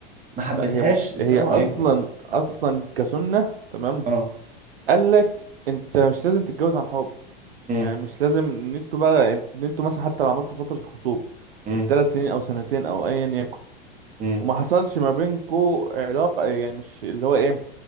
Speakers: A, on the right (about 25°); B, on the right (about 80°).
A: ما حبيتهاش
B: لا هي بص
A: السلام
B: هي اصلا
A: عليكم
B: اصلا كسنه تمام
A: اه
B: قال لك انت مش لازم تتجوز عن حب
A: امم
B: يعني مش لازم ان انتوا بقى ان انتوا مثلا حتى لو عملتوا فترة خطوبة
A: امم
B: الثلاث سنين او سنتين او ايا يكن
A: امم
B: وما حصلش ما بينكوا علاقة يعني مش اللي هو ايه